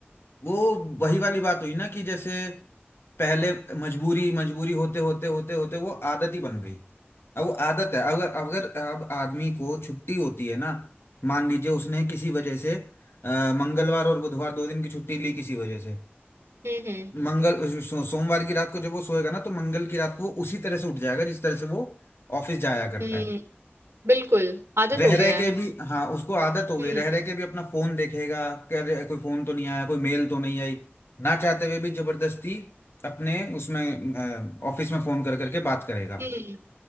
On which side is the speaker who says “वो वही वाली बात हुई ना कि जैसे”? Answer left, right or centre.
Left